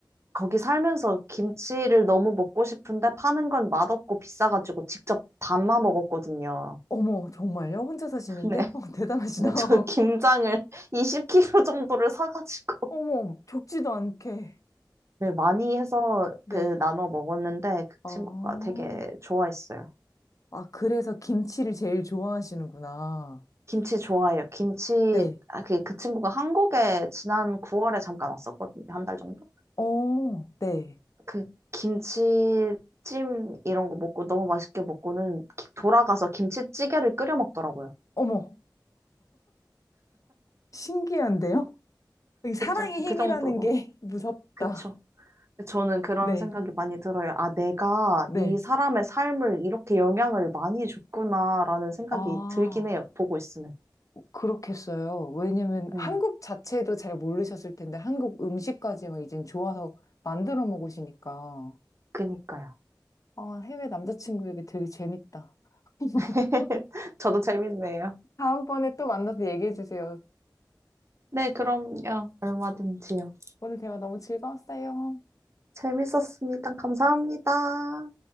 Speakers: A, on the right; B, on the left.
A: 거기 살면서 김치를 너무 먹고 싶은데 파는 건 맛없고 비싸가지고 직접 담아 먹었거든요.
B: 어머, 정말요? 혼자 사시는데?
A: 네.
B: 어, 대단하시다.
A: 네,
B: <laughs>
A: 저 김장을 <laughs> 20kg 정도를 사가지고
B: 어머, 적지도 않게.
A: 네, 많이 해서
B: 네.
A: 그 나눠 먹었는데 그
B: 아,
A: 친구가 되게 좋아했어요.
B: 아, 그래서 김치를 제일 좋아하시는구나.
A: 김치 좋아해요. 김치,
B: 네.
A: 아, 그, 그 친구가 한국에 지난 9월에 잠깐 왔었거든요. 한 달 정도?
B: 어, 네.
A: 그 김치찜 이런 거 먹고 너무 맛있게 먹고는 기- 돌아가서 김치찌개를 끓여 먹더라고요.
B: 어머, 신기한데요? 이 사랑의
A: 그쵸?
B: 힘이라는
A: 그 정도로.
B: 게 <laughs> 무섭다.
A: 그쵸? 저는 그런
B: 네,
A: 생각이 많이 들어요. 아, 내가
B: 네.
A: 이 사람의 삶을 이렇게 영향을 많이 줬구나라는 생각이
B: 아,
A: 들긴 해요. 보고 있으면.
B: 그렇겠어요. 왜냐면
A: 네,
B: 한국 자체도 잘 모르셨을 텐데 한국 음식까지 막 이젠 좋아서 만들어 먹으시니까.
A: 그니까요.
B: 아, 해외 남자친구에게 되게 재밌다. <laughs>
A: <laughs> 저도 재밌네요.
B: 다음번에 또 만나서 얘기해 주세요.
A: 네, 그럼요. 얼마든지요.
B: 오늘 대화 너무 즐거웠어요.
A: 재밌었습니다. 감사합니다.